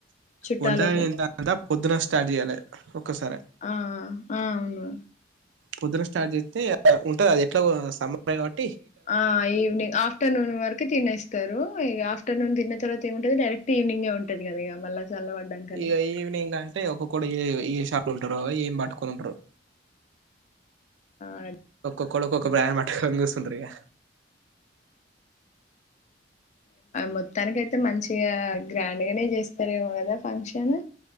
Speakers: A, on the left; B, on the right.
A: చుట్టాలకు
B: వంటంతంత పొద్దున స్టార్ట్ జెయ్యాలె ఒక్కసారి
A: ఆ ఆ అవును
B: పొద్దున స్టార్ట్ జేస్తే ఇగ ఉంటది అది ఎట్లా సమయం కాట్టి
A: ఆ ఈవనింగ్ ఆఫ్టర్నూన్ వరకు తినేస్తారు ఇగ ఆఫ్టర్నూ తన్న తర్వా ఏమింటది డైరక్ట్ ఈవినింగ్ ఉంటది గదా ఇగ మళ్ళా చల్లబడ్డాకనే
B: ఇగ ఈవనింగ్ అంటే ఒక్కొక్కడు ఏ ఏ షాప్ లో ఉంటరో ఏం పట్టుకొని ఉంటారో
A: ఆ
B: ఒక్క కొ ఒక బ్రాన్ బట్టుకొని కూసుంటరిగా
A: మొత్తానికయితే మంచిగా గ్రాండ్గానే జేస్తారేమో గదా ఫంక్షన్